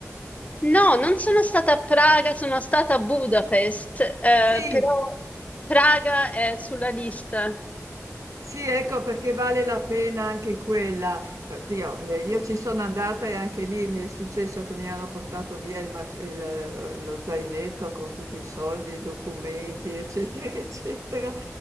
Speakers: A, on the left; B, on the right.
A: No, non sono stata a Praga, sono stata a Budapest, eh,
B: Sì,
A: però Praga è sulla lista.
B: Sì, ecco perché vale la pena anche quella. Oddio, eh, io ci sono andata e anche lì mi è successo che mi hanno portato via il mas- il, eh, lo zainetto con tutti i soldi, i documenti, eccetera, <laughs> eccetera.